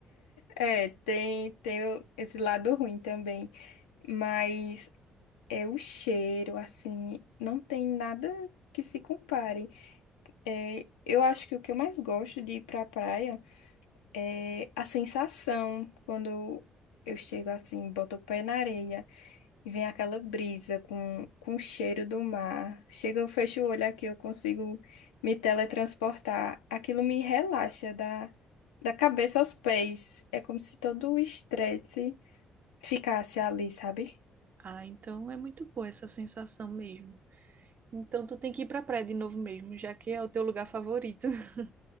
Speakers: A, on the left (about 75°); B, on the right (about 40°).
A: É, tem, tem o- esse lado ruim também, mas é o cheiro, assim, não tem nada que se compare. É, eu acho que o que eu mais gosto de ir pra praia é a sensação quando eu chego assim, boto o pé na areia. E vem aquela brisa com, com o cheiro do mar. Chega, eu fecho o olho aqui, eu consigo me teletransportar. Aquilo me relaxa da, da cabeça aos pés. É como se todo o estresse ficasse ali, sabe?
B: Ah, então é muito boa essa sensação mesmo. Então tu tem que ir pra praia de novo mesmo, já que é o teu lugar favorito. <laughs>